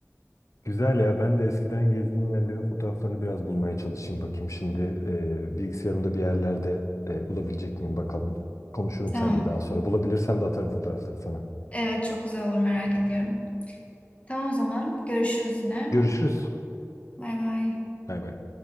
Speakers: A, on the left; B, on the left.
A: Güzel ya. Ben de eskiden gezdiğim yerlerin fotoğraflarını biraz bulmaya çalışayım. Bakayım şimdi e, bilgisayarımda bir yerlerde e, bulabilecek miyim bakalım. Konuşurum
B: Tamam.
A: seninle daha sonra. Bulabilirsem de atarım fotoğrafları sana.
B: Evet çok güzel olur merak ediyorum. Tamam o zaman görüşürüz yine.
A: Görüşürüz.
B: Bay bay.
A: Bay bay.